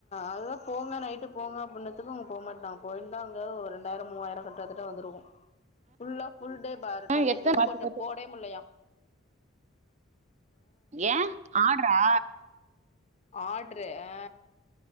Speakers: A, on the left; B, on the right.
A: அதா போங்க நைட்டு போங்க அப்டினத்துக்கு அவுங்க போக மாட்டாங்க போயிருந்தா அங்க ஒரு ரெண்டாயிர மூவாயிர கட்டுறதுக் ட்ட வந்துருக்கு ஃபுல்லா ஃபுல் டே பாரத்தா
B: ம்
A: நேத்துலந்து
B: எத்தன பாத்து
A: போட்டெ
B: பாத்து
A: போடயே முட்லையா
B: ஏ ஆட்ரா
A: ஆட்ரு ஆ